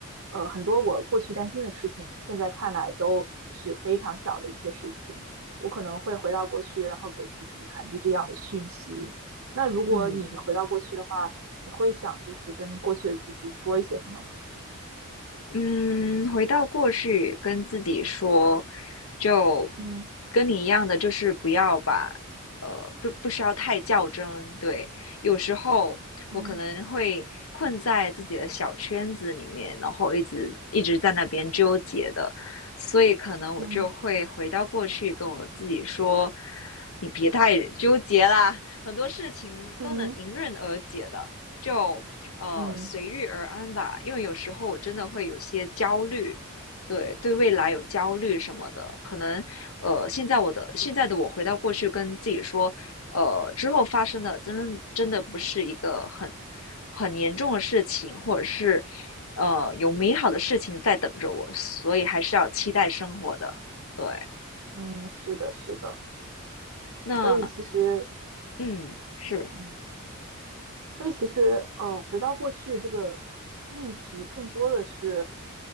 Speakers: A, on the right (about 75°); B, on the left (about 70°).
A: 呃，很多我过去担心的事情，现在看来都是非常小的一些事情，我可能会回到过去，然后给自己传递这样的讯息。那如果你回到过去的话，
B: 嗯
A: 你会想就是跟过去的自己说一些什么吗？
B: 嗯，回到过去，跟自己说，就
A: 嗯
B: 跟你一样的，就是不要把，呃，不不需要太较真。对，有时候我可能会困在自己的小圈子里面，
A: 嗯
B: 然后一直一直在那边纠结的，所以可能我就会回到过去，
A: 嗯
B: 跟我自己说，你别太纠结啦，很多事情都能迎刃而解的。
A: 嗯
B: 就呃，
A: 嗯
B: 随遇而安吧，因为有时候我真的会有些焦虑，对，对未来有焦虑什么的，可能呃，现在我的现在的我回到过去跟自己说，呃，之后发生的真真的不是一个很很严重的事情，或者是呃有美好的事情在等着我，所以还是要期待生活的，对，
A: 嗯，是的，是的。
B: 那
A: 所以其实，
B: 嗯是。
A: 嗯，所以其实，呃，回到过去这个命题更多的是